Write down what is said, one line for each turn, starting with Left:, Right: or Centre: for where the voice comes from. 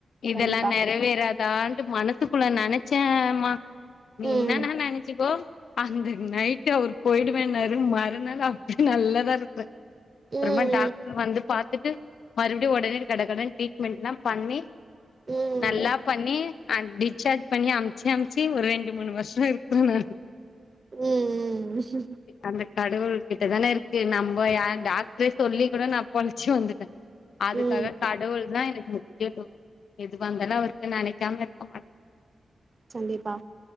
Left: இதெல்லா
Right: கண்டிப்பா
Left: நெறைவேறா தான்ட்டு மனசுக்குள்ள நெனச்சேம்மா நீ
Right: ம்
Left: இன்னான்னா நெனசிக்கோ அந்த நைட்டு் அவர் போயிடுவேனாரு மறுநாள் அப்டி நல்லாதா இருக்குறே அப்புறமா
Right: ம்
Left: டாக்டர் வந்து பாத் துட்டு மறுபடியு ஒடனே கட கடன்னு ட்ரீட்மெண்ட்லா பண்ணி
Right: ம்
Left: நல்லா பண்ணி ஆ டிஸ்சார்ஜ் பண்ணி அமிச்சி அமிச்சி ஒரு ரெண்டு மூணு வருஷோ இருக்கு நா
Right: ம் ம்
Left: அந்த கடவுள் கிட்டதான இருக்கு நம்பொ யா டாக்டரே சொல்லி கூட நா பொழச்சி வந்துட்டே அதுக்காக
Right: ம்
Left: கடவுள் தா எனக்கு மு கேப்போ எது வந்தாலு அவர்ட்ட நெனைக்காம இருக்க மாட்டே
Right: சந்திப்பா